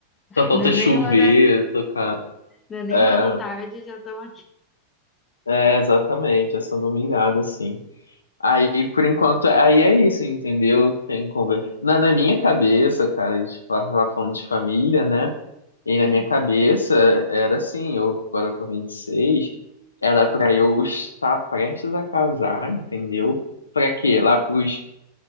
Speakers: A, on the left (about 75°); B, on the left (about 20°).
A: Só falta
B: Não é nenhuma
A: chover,
B: da,
A: tocar.
B: não é nenhuma
A: É,
B: da tarde, já estamos
A: é, exatamente, é sendo humilhada, assim. Aí, por enquanto, aí é isso, entendeu? Tem conversa. Na, na minha cabeça, cara, a gente tava falando de família, né? E
B: Hum,
A: na minha cabeça era assim, eu agora com 26 era pra eu estar prestes a casar, entendeu? Pra quê? Lá pros